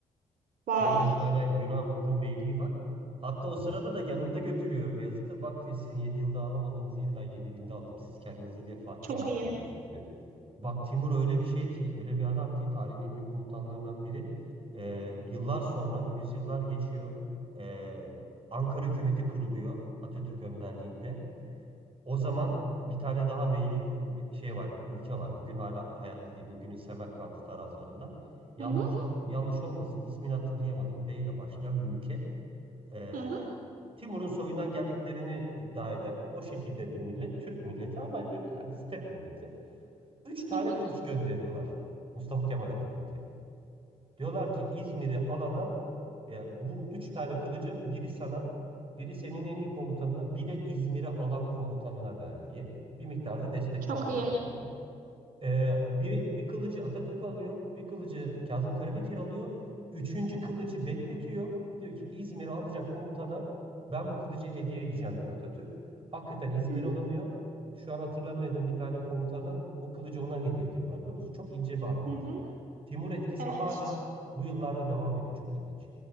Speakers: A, on the right (about 70°); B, on the right (about 40°).
A: Vay.
B: Orada bir tane Yunan Rum beyliği var. Hatta o sırada da yanında götürüyor Beyazıt'ı. Bak diyor sizin 7 yılda alamadığınız yeri ben 7 günde aldım. Siz kendinize diye Fatih
A: Çok
B: mi ilan
A: iyi.
B: ediyorsunuz diyor. Bak Timur öyle bir şey ki öyle bir adam ki tarihin en büyük komutanlarından biri. Ee, yıllar sonra yüzyıllar geçiyor. Ee, Ankara hükümeti kuruluyor Atatürk önderliğinde. O zaman bir tane daha beylik be- şey var, ülke var. Bugün hala hayatta değil. Bugünün Semerkant'ı taraflarında. Yanlış
A: Hı hı.
B: ol- yanlış olmasın ismini hatırlayamadım. B ile başlayan bir ülke. Ee,
A: Hı hı.
B: Timur'un soyundan geldiklerini iddia eden o şekilde bir millet. Türk milleti ama böyle yani step milleti. Üç tane
A: Hı hı.
B: kılıç gönderiyorlar Mustafa Kemal Atatürk'e. Diyorlar ki İzmir'i alana ya bu üç tane kılıcın biri sana, biri senin en iyi komutanına, bir de İzmir'i alan komutanına ver diye bir miktarda destek
A: Çok
B: para gönderiyorlar.
A: iyi.
B: Ee, bir, bir kılıcı Atatürk alıyor, bir kılıcı Kazım Karabekir alıyor. Üçüncü kılıcı bekletiyor. Diyor ki İzmir'i alacak komutana ben bu kılıcı hediye edeceğim diyor Atatürk. Hakikaten İzmir
A: Hı hı,
B: alınıyor. Şu an hatırlamadığım bir tane komutana o kılıcı ona hediye ediyorlar biliyor musun? Çok ince bir ayrıntı.
A: hı hı.
B: Timur etkisi
A: Evet.
B: hala bu yıllarda devam ediyor. Çok ilginç.